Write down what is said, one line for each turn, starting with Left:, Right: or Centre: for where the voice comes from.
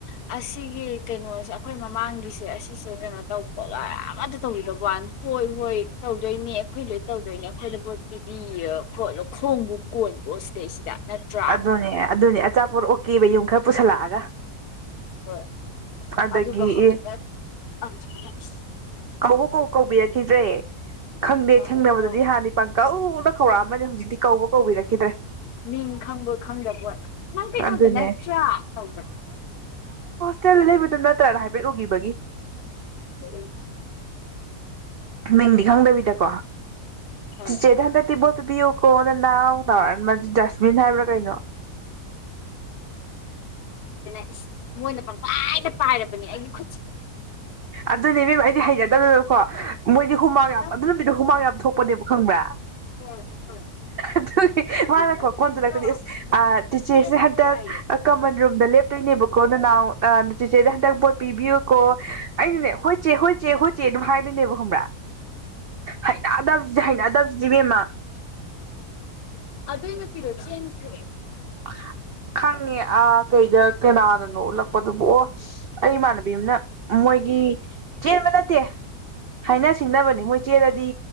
Left: ꯑꯁꯤꯒꯤ ꯀꯩꯅꯣꯁꯦ ꯑꯩꯈꯣꯏ ꯃꯃꯥꯡꯒꯤꯁꯦ ꯑꯁꯤꯁꯦ ꯀꯩꯅꯣ ꯇꯧꯕ ꯒꯥ ꯑꯃꯇ ꯇꯧꯤꯗ ꯋꯥꯅꯤ꯫ ꯍꯣꯏ-ꯍꯣꯏ ꯇꯧꯗꯣꯏꯅꯦ ꯑꯩꯈꯣꯏ ꯂꯣꯏ ꯇꯧꯗꯣꯏꯅꯦ ꯑꯩꯈꯣꯏꯗ ꯄꯚꯣꯠ ꯄꯤꯕꯤꯌꯦ꯫ ꯈꯣꯠꯂꫭ ꯈꯣꯡꯕꯨ ꯀꯣꯟꯕꯑꯣ ꯁꯤꯗꯩꯁꯤꯗ꯫ ꯅꯠꯇ꯭ꯔꯥ
Right: ꯑꯗꯨꯅꯦ-ꯑꯗꯨꯅꯦ꯫ ꯆꯥꯄꯣꯠ ꯑꯣꯛꯀꯦꯕ ꯌꯨꯝ ꯈꯔ ꯄꯨꯁꯜꯂꯛꯑꯒ꯫
Left: ꯍꯣꯏ
Right: ꯑꯗꯒꯤ
Left: ꯑꯗꯨꯒ ꯍꯧꯖꯤꯛꯅꯦ
Right: ꯑꯦ
Left: ꯍꯧꯖꯤꯛ
Right: ꯑ ꯀ ꯀꯧꯕꯤꯔꯛꯈꯤꯗ꯭ꯔꯦ ꯈꯪꯗꯦ
Left: ꯑꯗꯨꯒ
Right: ꯊꯦꯡꯅꯕꯗꯗꯤ ꯍꯥꯟꯅꯤ ꯄꯪꯀꯧꯛ ꯍꯧꯧꯔꯛꯑ ꯑꯃꯅꯦ ꯍꯧꯖꯤꯛꯇꯤ ꯀꯧꯕ ꯀꯧꯕꯤꯔꯛꯈꯤꯗ꯭ꯔꯦ
Left: ꯃꯤ ꯈꯪꯕꯣꯏ ꯈꯪꯗꯕꯣꯏ ꯅꯪ ꯀꯩꯅꯣꯗ
Right: ꯑꯗꯨꯅꯦ
Left: ꯅꯠꯇ꯭ꯔꯥ ꯇꯧꯕ꯭ꯔ
Right: ꯆ ꯂꯩꯕꯤꯅ ꯆ ꯇꯅ ꯍꯥꯏꯐꯦꯠꯂꯨꯈꯤꯕꯒꯤ
Left: ꯍꯣꯏ
Right: ꯃꯤꯡꯗꯤ ꯈꯪꯗꯕꯤꯗꯀꯣ
Left: ꯍꯣꯏ
Right: ꯆꯦ ꯊꯟꯗ ꯇꯕ ꯇꯕꯤ ꯀꯣꯟꯅ ꯅꯅꯥꯎ ꯅꯧꯔ ꯃꯥ ꯗꯁꯕꯤꯤꯟ ꯍꯥꯏꯕ꯭ꯔ ꯀꯩꯅꯣ
Left: ꯏꯁꯁ ꯃꯣꯏꯅ ꯄꯪꯈꯥꯏꯗ ꯄꯥꯏꯔꯕꯅꯦ ꯑꯩꯒꯤ ꯈꯨꯠꯁꯦ
Right: ꯑꯗꯨꯅꯦꯕꯦꯝ ꯑꯩꯗꯤ ꯍꯩꯖꯗꯔꯣꯀꯣ ꯃꯣꯏꯗꯤ ꯍꯨꯃꯥꯒ ꯌꯥꯝ
Left: ꯅꯪ
Right: ꯑꯗꯨ ꯅꯨꯗꯣ ꯍꯨꯃꯥ ꯌꯥꯝ ꯊꯣꯛꯄꯅꯦꯕ ꯈꯪꯕ꯭ꯔꯥ
Left: ꯍꯣꯏ ꯍꯣꯏ
Right: ꯑꯗꯨꯒꯤ
Left: ꯑꯗꯨꯏ
Right: ꯃꯥꯅꯀꯣ
Left: ꯖꯁꯃꯤꯟꯗꯣ
Right: ꯀꯣꯟꯁꯤꯜꯂꯛꯄꯅꯤ ꯑꯦꯁ
Left: ꯖꯁꯃꯤꯟꯗꯣ
Right: ꯇꯤꯆꯦꯁꯦ
Left: ꯆꯦꯟꯈ꯭ꯔꯦ
Right: ꯍꯟꯗꯛ
Left: ꯍꯥꯏꯌꯦ
Right: ꯀꯃꯟ ꯔꯨꯝꯗ ꯂꯦꯞꯇꯣꯏꯅꯦꯕꯀꯣ ꯅ ꯅꯅꯥꯎ ꯆꯤꯆꯦꯗ ꯍꯟꯗꯛ ꯄꯤꯕꯤꯨ ꯀꯣ ꯑꯩꯩꯅꯅꯦ ꯍꯣꯏꯆꯦ ꯍꯣꯏ ꯆꯦ ꯍꯣꯏ ꯆꯦ ꯑꯗꯨꯝ ꯍꯥꯏꯗꯣꯏꯅꯦꯕ ꯈꯪꯕ꯭ꯔꯥ ꯍꯩꯅ ꯑꯗ ꯗꯤ ꯍꯥꯏꯩꯅꯗꯕꯁꯤꯗꯤꯕꯦꯝꯃ
Left: ꯑꯗꯨ ꯑꯩꯅ ꯄꯤꯔꯛꯁ ꯍꯥꯏꯟꯈ꯭ꯔꯦ
Right: ꯈꯪ ꯈꯪꯉꯦ ꯑꯥ ꯀꯩꯗ ꯀꯅꯥꯗꯅꯣ ꯎꯠꯂꯛꯄꯗꯨꯕꯨ ꯑꯣ ꯑꯩ ꯃꯅ ꯅ ꯃꯣꯏꯒꯤ ꯆꯦꯟꯕ ꯅꯠꯇꯦ ꯍꯥꯏꯅ ꯁꯤꯡꯅꯕꯅꯤ ꯃꯣꯏ ꯆꯦꯂꯗꯤ